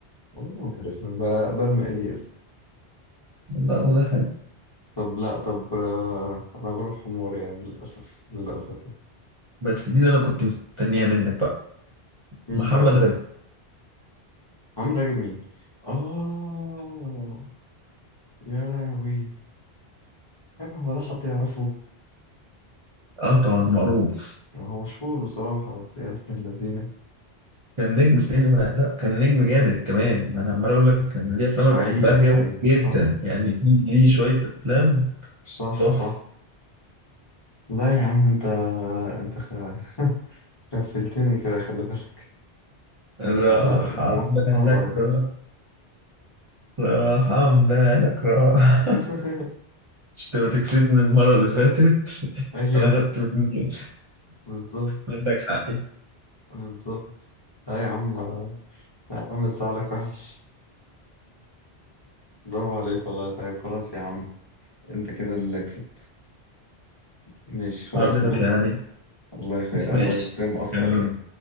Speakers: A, on the left; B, on the right.
A: والله ما عارف أنا ب- برمي اي اسم
B: لا ولا حاجة
A: طب لا طب آه، انا غلب حمار يعني للاسف للاسف
B: بس دي اللي أنا كنت مستنيها منك بقى
A: مين
B: محمد
A: بقى
B: رجب
A: عمرو راجب مين اه يا لهوي يا ابني هو ده حد يعرفه
B: آه طبعا معروف
A: ما هو مشهور بصراحة بس يا ابن اللذينة
B: كان نجم سينما لا كان نجم جامد كمان ما أنا عمال أقول لك كان ليه أفلام
A: حقيقي
B: أنا بحبها جدا
A: حقيقي
B: جدا
A: صح
B: يعني ليه ليه شوية أفلام
A: صح
B: تحفة
A: صح لا يا عم انت انت خ... <laughs> غفلتني كده خلي بالك
B: راح
A: ده ده
B: عن
A: ممثل
B: بالك
A: صعب على فكرة
B: راح راح عن بالك راح
A: <laughs>
B: <laughs> مش تبقى تكسبني المرة اللي فاتت
A: ايوه
B: انا خدت مني
A: بالظبط
B: <laughs> منك حقي
A: بالظبط لا يا عم لا يا عم لسعلك وحش برافو عليك والله طيب خلاص يا عم انت كده اللي كسبت ماشي خلاص
B: هارد لك
A: بكرة
B: يعني
A: الله يخي
B: ماشي
A: الله يكرم اصلك
B: كمل
A: يعني